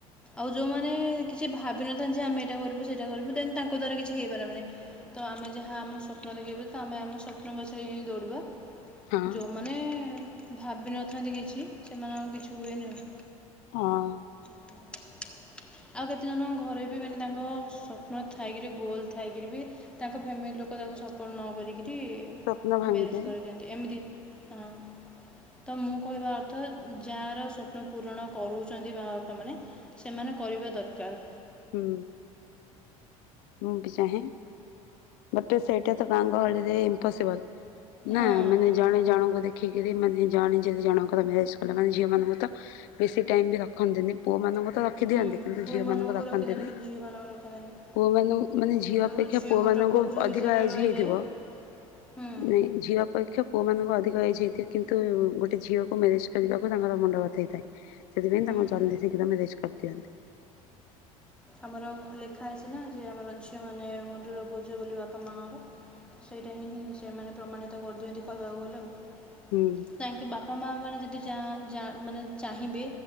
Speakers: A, in the centre; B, on the left.
A: ଆଉ ଯୋଉମାନେ କିଛି ଭାବିନଥାନ୍ତି ଯେ ଆମେ ଏଇଟା କରିବୁ ସେଇଟା କରିବୁ ଦେନ୍ ତାଙ୍କ ଦ୍ଵାରା କିଛି ହେଇପାରିବନି। ତ ଆମେ ଯାହା ଆମ ସ୍ୱପ୍ନ ଦେଖିବି ତ ଆମେ ଆମ ସ୍ୱପ୍ନ ପଛରେ ହିଁ ଦୌଡ଼ିବା।
B: ହଁ
A: ଯୋଉମାନେ ଭାବିନଥାନ୍ତି କିଛି ସେମାନଙ୍କ କିଛି ହୁଏନି ଆଉ।
B: ହଁ।
A: <inaudible> ଆଉ କେତେଜଣ ଘରେ ବି ମାନେ ତାଙ୍କ ସ୍ୱପ୍ନ ଥାଇକିରି ଗୋଲ୍ ଥାଇକିରି ବି ତାଙ୍କ ଫ୍ୟାମିଲି ଲୋକ ତାଙ୍କୁ ସପୋର୍ଟ ନ କରିକିରି
B: ସ୍ୱପ୍ନ ଭାଙ୍ଗିଯାଏ
A: ମ୍ୟାରେଜ୍ କରିଦିଅନ୍ତି ଏମିତି ହଁ ତ ମୁଁ କହିବା ଅର୍ଥ ଯାଆର ସ୍ୱପ୍ନ ପୂରଣ କରୁଛନ୍ତି ଭା ତ ମାନେ ସେମାନେ କରିବା ଦରକାର୍।
B: ହୁଁ ମୁଁ ବି ଚାହେଁ ବଟ୍ ସେଇଟା ତ ଗାଁ ଗହଳିରେ ଇମ୍ପପସିବଲ୍। ନା
A: ହଁ
B: ମାନେ ଜଣେ ଜଣଙ୍କୁ ଦେଖିକିରି ମାନେ ଜଣେ ଯଦି ଜଣଙ୍କର ମ୍ୟାରେଜ୍ କଲା ମାନେ ଝିଅ ମାନଙ୍କୁ ତ ବେଶୀ ଟାଇମ ବି ରଖନ୍ତିନି ପୁଅ ମାନଙ୍କୁ ତ ରଖି
A: ହୁଁ
B: ଦିଅନ୍ତି କିନ୍ତୁ
A: ପୁଅମାନଙ୍କୁ
B: ଝିଅ ମାନଙ୍କୁ ରଖନ୍ତିନି।
A: <unintelligible>
B: ପୁଅ ମାନେ ମାନେ
A: ଯେହେତୁ
B: ଝିଅ ଅପେକ୍ଷା
A: ଝିଅ
B: ପୁଅ
A: ଗୋଟେ
B: ମାନଙ୍କୁ
A: ବୋଝ
B: ଅଧିକ
A: ହିସାବରେ
B: ଏଜ୍
A: ରହିଯାଏ
B: ହେଇଥିବ
A: ହୁଁ
B: ନାଇଁ ଝିଅ ଅପେକ୍ଷ ପୁଅ ମାନଙ୍କୁ ଅଧିକ ଏଜ୍ ହେଇଥାଏ କିନ୍ତୁ ଗୋଟେ ଝିଅକୁ ମ୍ୟାରେଜ୍ କରିବାକୁ ତାଙ୍କର ମୁଣ୍ଡ ବଥେଇ ଥାଏ। ସେଥିପାଇଁ
A: ହୁଁ
B: ତାଙ୍କୁ ଜଲ୍ଦି ଶିଘ୍ର ମ୍ୟାରେଜ୍ କରିଦିଅନ୍ତି।
A: ଆମର ଲେଖା ହେଇଛି ନା ଯେ ଆମର ଝିଅ ମାନେ ମୁଣ୍ଡର ବୋଝ ବୋଲି ବାପା ମାର। ସେଇଟା ହିଁ ମୁଁ ସେମାନେ ପ୍ରମାଣିତ କରିଦିଅନ୍ତି କହିବାକୁ ଗଲେ ଆଉ।
B: ହୁଁ
A: କହିଁକି ବାପା ମା ମାନେ ଯଦି ଯା ଯା ମାନେ ଚାହିଁବେ